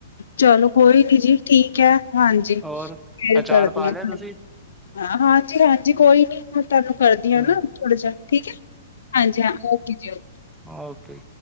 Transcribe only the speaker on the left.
ਚਲੋ ਕੋਈ ਨੀ ਜੀ ਠੀਕ ਹੈ ਹਾਂਜੀ।
ਫੇਰ
ਕਰਦੀ
ਹਾਂ
ਮੈਂ।
ਹਾਂਜੀ ਹਾਂਜੀ ਕੋਈ ਨੀ। ਮੈਂ ਤੁਹਾਨੂੰ ਕਰਦੀ ਹਾਂ
ਨਾ। ਥੋੜਾ ਜਿਹਾ ਠੀਕ ਹੈ। ਹਾਂਜੀ ਹਾਂ। ਓਕੇ ਜੀ ਓਕੇ।